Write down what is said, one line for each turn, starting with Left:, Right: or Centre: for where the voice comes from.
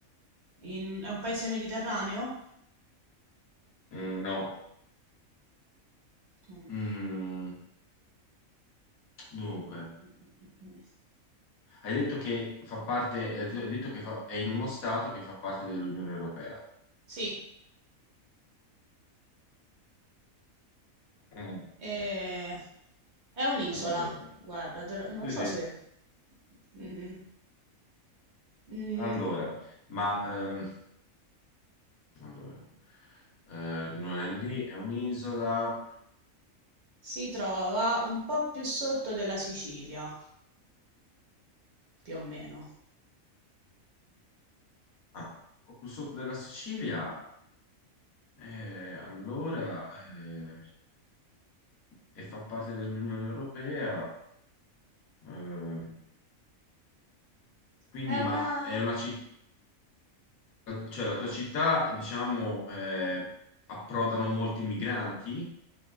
Right: in... è un paese mediterraneo?
Left: Mm, no.
Right: Mm, mm,
Left: Mm, dunque,
Right: mm, mm, mm.
Left: hai detto che fa parte, hai detto hai detto che fa- è in uno stato che fa parte dell'Unione Europea.
Right: Sì,
Left: Mm,
Right: Eh, è un'isola,
Left: allora,
Right: guarda, te lo- non
Left: sì,
Right: so
Left: sì.
Right: se... mm, mm,
Left: Allora, ma ehm, allora, eh, non è lì, è un'isola.
Right: si trova un po' più sotto della Sicilia, più o meno.
Left: Ah, o più sotto della Sicilia Eh, allora, eh, e fa parte dell'Unione Europea, eh, quindi,
Right: È una...
Left: ma è una città, cioè la tua città, diciamo, eh, approdano molti migranti?